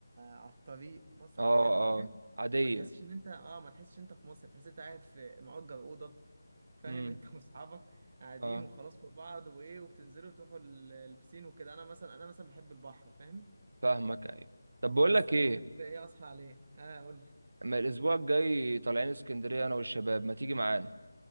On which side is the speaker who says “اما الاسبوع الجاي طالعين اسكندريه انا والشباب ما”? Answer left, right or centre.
Right